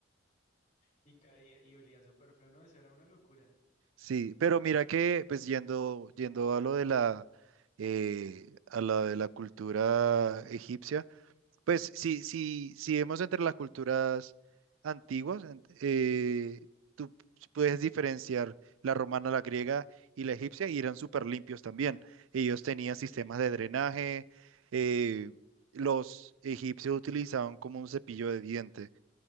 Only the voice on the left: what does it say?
y caía y olía súper feo, no, eso era una locura.
Sí,